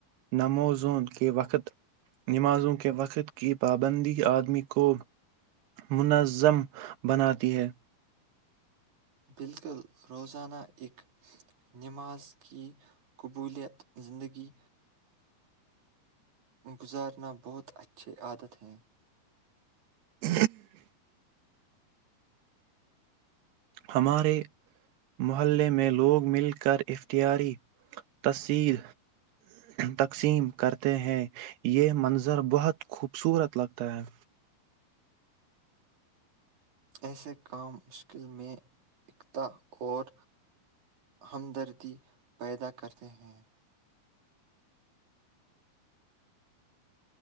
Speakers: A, on the right (about 85°); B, on the right (about 50°).
A: نمازوں کے وقت نمازوں کے وقت کی پابندی آدمی کو منظم بناتی ہے
B: بالکل روزانہ ایکک نماز کی قبولیت زندگی گزارنا بہت اچھے عادت ہیں
A: ہ ہمارے محلے میں لوگ مل کر افتیاری تصیر تقسیم کرتے ہیں یہ منظر بہت خوبصورت لگتا ہے
B: ایسے کام مشکل میں اقتا اور ہمدردی پیدا کرتے ہیں